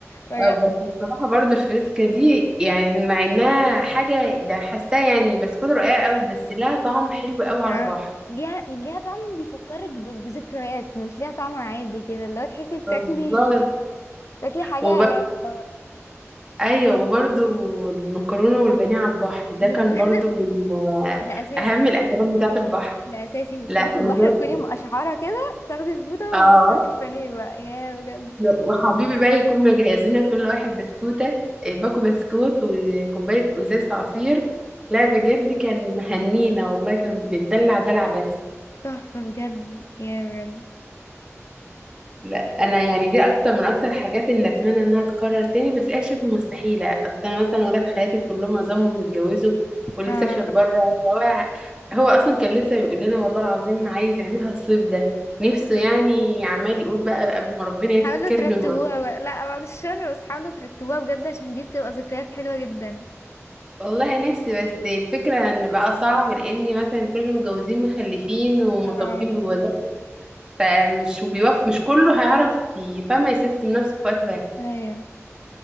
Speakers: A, on the left; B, on the right.
A: بجد
B: آه، بس بصراحة برضو الفريسكا دي يعني مع انها حاجة ده حاساها يعني بسكوت رقيقة قوي بس لها طعم حلو قوي على
A: اه
B: البحر
A: ليها ليها طعم بيفكرك ب- بذكريات مش ليها طعم عادي كده اللي هو تحسي بتاكلي
B: بالظبط
A: تاكلي حاجة
B: وبرضو
A: اللي هو
B: ايوه وبرضو المكرونة والبانيه على البحر ده
A: بز- <laughs>
B: كان برضو من آه،
A: ده أساسي
B: اهم الاكلات بتاعة البحر
A: ده أساسي انتي تخلصي
B: لا والباقي
A: البحر تكوني مقشعرة كده تاخدي الفوطة
B: اه
A: وتستني البانيه بقى يا بجد
B: وحبيبي بقى يكون مجهزين لنا كل واحد بسكوتة إيه، باكو بسكوت وكوباية وإزازة عصير لا بجد كان مهنينا والله كان بنتدلع دلع بس
A: تحفة بجد يا بجد
B: لا انا يعني دي اكتر من اكتر حاجات اللي اتمنى انها تتكرر تاني بس هي شبه مستحيله اصل انا مثلا ولاد خالاتي كلهم ظلموا متجوزوا واللي
A: اه
B: سافر بره سواء هو اصلا كان لسه بيقول لنا والله العظيم عايز يعملها الصيف ده نفسه يعني عمال يقول بقى قبل ما ربنا يفتكرني
A: حاولوا ترتبوها بقى. لا بعد الشر بس حاولوا ترتبوها بجد عشان دي بتبقى ذكريات حلوة جدا
B: والله نفسي بس الفكرة ان بقى صعب لان مثلا كل المتجوزين مخلفين ومرتبطين
A: اه
B: بجوازات فمش بيوافق مش كله هيعرف ي- فما يسيستم نفسه في وقت واحد
A: ايوه